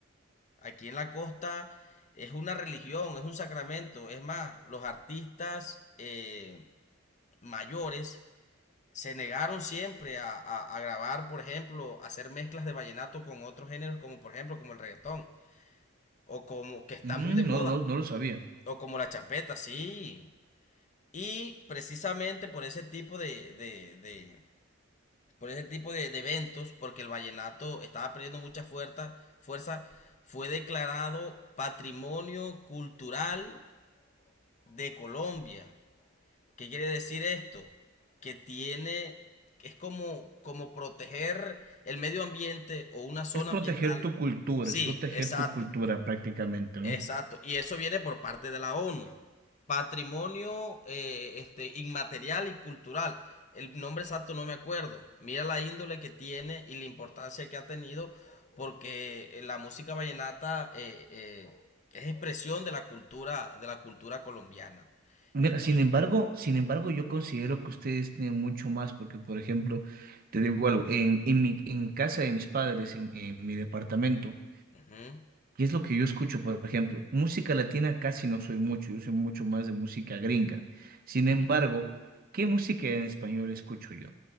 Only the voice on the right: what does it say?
Mm,
no, lo- no lo sabía.
Es proteger
tu cultura,
es proteger
tu cultura prácticamente, ¿no?
Mira,
sin embargo, sin embargo, yo considero que ustedes tienen mucho más, porque, por ejemplo, te digo algo, en, en mi, en casa de mis padres, en en mi departamento,
Y es lo que yo escucho, por ejemplo, música latina casi no soy mucho, yo soy mucho más de música gringa. Sin embargo,
¿qué música en español escucho yo?